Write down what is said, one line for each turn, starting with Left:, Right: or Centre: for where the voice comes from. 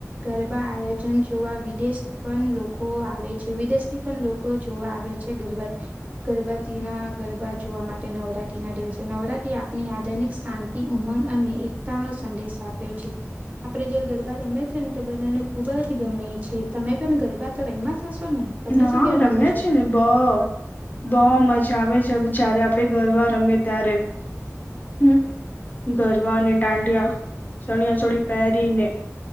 Right: ગરબા આયોજન જોવા વિદેશ પણ લોકો આવે છે વિદેશ થી પણ લોકો જોવા આવે છે, ગરબત ગરબાતી ના ગરબા જોવા માટે નવરાત્ર ના દિવસે નવરાત્રી આપની આધનિક શાંતિ ઉમંગ અને એકતા નો સંદેશ આપે છે. આપડે જે ગરબા રમે છે ને તો બંનેને ખુબ જ ગમે છે તમે પણ ગરબા તો રહીમાં જ હશો ને? તમે
Left: હા,
Right: શું કેવા
Left: રમ્યા
Right: માંગો છો?
Left: છે ને બહ બહ મજા આવે જારે આપડણે ઘરવા રમીએ ત્યારે હમ્મ ગરબ અને દાંડિયા ચણિયા ચોળી. પહેરીને